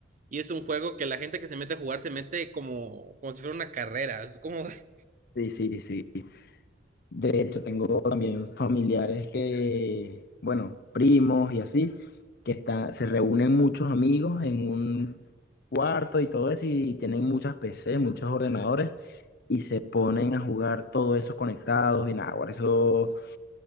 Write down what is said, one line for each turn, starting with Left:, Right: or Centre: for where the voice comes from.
Right: y es un juego que la gente que se mete a jugar se mete como, como si fuera una carrera, es como <laughs>
Left: Sí, sí, sí. De hecho, tengo también familiares que, bueno, primos y así, que están, se reúnen muchos amigos en un cuarto y todo eso, y tienen muchas PC, muchos ordenadores, y se ponen a jugar todos esos conectados y nada, bueno, eso